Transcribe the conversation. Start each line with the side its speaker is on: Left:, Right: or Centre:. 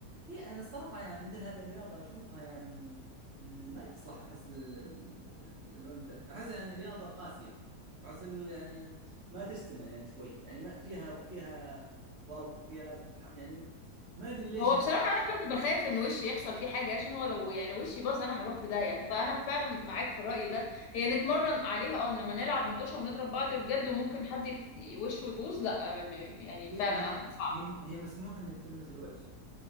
Right: هي انا الصراحه يعني مثل هذه الرياضه اشوفها يعني ال- ما تصلح احس لل... لل- للانثى احسها يعني رياضه قاسيه احس ال- يعني ما تجتمع يعني شوي يعني ما فيها فيها ضرب وفيها لازم تتحمل يعني ما ادري ليش
Left: هو بصراحة أنا كنت بخاف إن وشي يحصل فيه حاجة عشان هو لو يعني لو وشي باظ أنا هروح في داهية فأنا فعلا معاك في الرأي ده هي نتمرن عليها أه إنما نلعب مطوشة ونضرب بعض بجد وممكن حد يت- وشه يبوظ لأ م- يعني
Right: هي
Left: فعلا
Right: هي
Left: عن- صعب
Right: هي هي مسموح انك تلمس الوجه